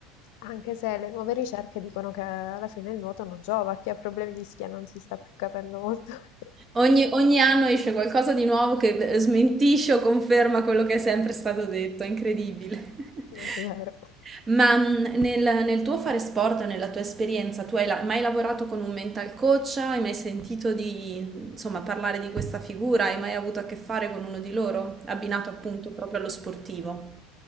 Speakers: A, on the left; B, on the right.
A: Anche se le nuove ricerche dicono che alla fine il nuoto non giova, chi ha problemi di schiena non si sta più capendo molto.
B: Ogni,
A: <laughs>
B: ogni anno esce qualcosa di nuovo che smentisce o conferma quello che è sempre stato detto, è incredibile.
A: Non
B: <laughs>
A: è vero.
B: Ma mh, nel, nel tuo fare sport, nella tua esperienza, tu hai la- mai lavorato con un mental coach? Hai mai sentito di, insomma, parlare di questa figura? Hai mai avuto a che fare con uno di loro, abbinato appunto proprio allo sportivo?